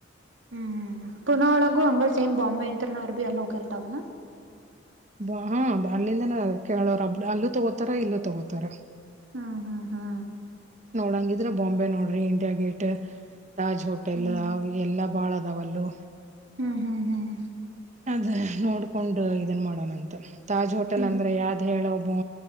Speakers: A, on the right (about 80°); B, on the right (about 35°).
A: ಹ್ಮ್ ಪುನ ಒಳಗು ಹಂಗ ಬಾಂಬೆ ಅಂಂತನರ್ ಭಿ ಅಲ್ಲಿ ಹೋಗಿರ್ತವನಾ
B: ಬ ಹಾ ಅಲ್ಲಿಂದನ ಕೇಳೋರಬ್ ಅಲ್ಲೂ ತಗೋತಾರ ಇಲ್ಲೂ ತಗೋತಾರ
A: ಹಾ ಹಾ ಹಾ
B: ನೋಡಂಗಿದ್ರೆ ಬಾಂಬೆ ನೋಡ್ರಿ ಇಂಡಿಯಾ ಗೇಟ್ ತಾಜ್ ಹೋಟೆಲ್
A: ಹ್ಮ್
B: ಎಲ್ಲ ಭಾಳದವಲ್ಲೂ
A: ಹ್ಮ್ ಹ್ಮ್ ಹ್ಮ್
B: ಅದ ನೋಡ್ಕೊಂಡು ಇದನ್ ಮಾಡೋಣಂತ ತಾಜ್ ಹೋಟೆಲ್
A: ಹ್ಮ್
B: ಅಂದ್ರೆ ಯ ಅಂತ ಹೇಳ ಬ